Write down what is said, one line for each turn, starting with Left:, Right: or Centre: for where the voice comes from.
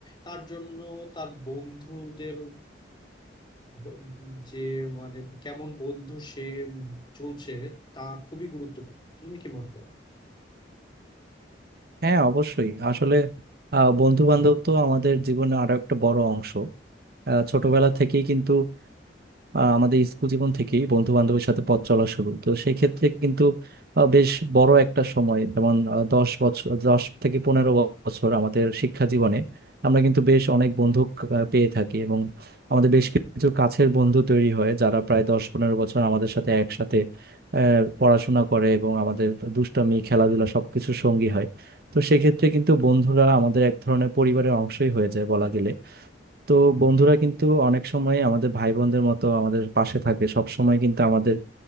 Left: তার জন্য তার বন্ধুদের ব- যে মানে কেমন বন্ধু সে চলছে তা খুবই গুরুত্বপূর্ণ তুমি কি মনে করো
Right: হ্যাঁ অবশ্যই আসলে বন্ধু বান্ধব তো আমাদের জীবনে আরো একটা বড় অংশ আহ, ছোটবেলা থেকেই কিন্তু আহ, আমাদের স্কুল জীবন থেকেই বন্ধু বান্ধবের সাথে পথ চলা শুরু তো সেই ক্ষেত্রে কিন্তু আহ, বেশ বড় একটা সময় যেমন আহ, দশ বছর দশ থেকে পনেরো বছর আমাদের শিক্ষা জীবনে আমরা কিন্তু বেশ অনেক বন্ধু ক- আহ, পেয়ে থাকি এবং আমাদের বেশ কিছু কাছের বন্ধু তৈরি হয় যারা প্রায় দশ পনেরো বছর আমাদের সাথে একসাথে আহ, পড়াশোনা করে এবং আমাদের দুষ্টামি খেলাধুলা সবকিছু সঙ্গী হয় তো সেক্ষেত্রে কিন্তু বন্ধুরা আমাদের এক ধরনের পরিবারের অংশই হয়ে যায় বলা গেলে তো বন্ধুরা কিন্তু অনেক সময় আমাদের ভাই বোনদের মতো আমাদের পাশে থাকে সব সময় কিন্তু আমাদের